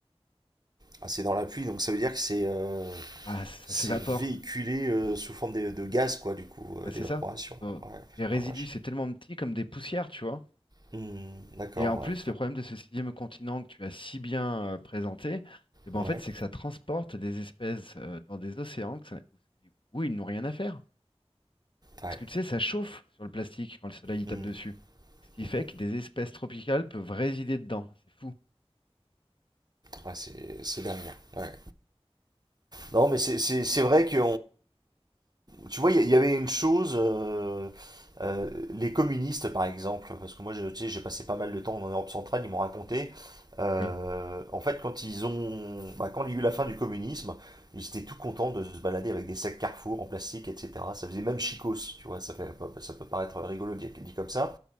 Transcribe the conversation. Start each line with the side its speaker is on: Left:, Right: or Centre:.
Right: Ah, c'est dans la pluie, donc ça veut dire que c'est euh,
Left: Ah, ça
Right: c'est
Left: s'évapore.
Right: véhiculé euh, sous forme de, de gaz, quoi, du coup,
Left: Bah,
Right: euh,
Left: c'est
Right: d'évaporation.
Left: ça. Faut-
Right: Ouais, putain,
Left: Les résidus,
Right: la vache.
Left: c'est tellement petit comme des poussières, tu vois.
Right: Hmm, d'accord,
Left: Et en plus,
Right: ouais,
Left: le problème de ce sixième continent que tu as si bien euh, présenté, eh ben
Right: ouais,
Left: en
Right: ouais,
Left: fait, c'est que ça transporte des espèces euh, dans des océans que ça- où ils n'ont rien à faire.
Right: ouais.
Left: Parce que tu sais, ça chauffe sur le plastique quand le soleil y
Right: Hmm,
Left: tape dessus. Ce qui
Right: mhm.
Left: fait que des espèces tropicales peuvent résider dedans. C'est fou.
Right: Ouais, c'est c'est dingue. hein. Ouais. Non, mais c'est c'est- c'est vrai que tu vois, il y, il y avait une chose, euh, euh, les communistes par exemple, parce que moi je- tu sais, j'ai passé pas mal de temps en Europe centrale, ils m'ont raconté, euh,
Left: Oui.
Right: en fait quand ils ont, bah, quand il y a eu la fin du communisme, ils étaient tout contents de se balader avec des sacs Carrefour en plastique, etc. Ça faisait même chicos, tu vois, ça fait, ça peut paraître rigolo dit dit comme ça,